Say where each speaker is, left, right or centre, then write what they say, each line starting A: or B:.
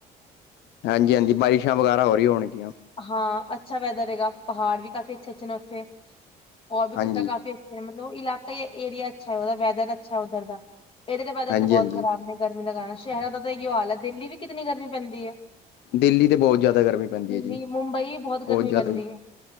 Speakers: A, on the left; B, on the left.
A: ਹਾਂਜੀ ਹਾਂਜੀ ਬਾਰਿਸ਼ਾਂ ਵਗੈਰਾ ਹੋਰਈ ਹੋਣਗੀਆਂ
B: ਹਾਂ ਅੱਛਾ ਵੈਦਰ ਹੈਗਾ ਪਹਾੜ ਵੀ ਕਾਫੀ ਅੱਛੇ ਅੱਛੇ ਨੇ ਉੱਥੇ ਹੋਰ ਵੀ ਚੀਜ਼ਾਂ
A: ਹਾਂਜੀ
B: ਕਾਫੀ ਅ ਮਤਲਬ ਇਲਾਕਾ ਏਰੀਆ ਅੱਛਾ ਹੈ ਉਹਦਾ ਵੈਦਰ ਅੱਛਾ ਉੱਧਰ ਦਾ ਇਹਦੇ ਵੈਦਰ
A: ਹਾਂਜੀ
B: ਤੇ ਬਹੁਤ
A: ਹਾਂਜੀ
B: ਖ਼ਰਾਬ ਨੇ ਗਰਮੀ ਲਗਾਣਾ ਸ਼ਹਿਰਾਂ ਦਾ ਤਾਂ ਇਹੀਓ ਹਾਲ ਹੈ ਦਿੱਲੀ ਵੀ ਕਿਤਨੀ ਗਰਮੀ ਪੈਂਦੀ ਹੈ
A: ਦਿੱਲੀ ਤੇ ਬਹੁਤ ਜ਼ਿਆਦਾ ਗਰਮੀ ਪੈਂਦੀ
B: ਦਿੱਲੀ,
A: ਹੈ ਜੀ
B: ਮੁੰਬਈ ਗਰਮੀ
A: ਬਹੁਤ
B: ਪੈਂਦੀ
A: ਜ਼ਿਆਦਾ
B: ਏ,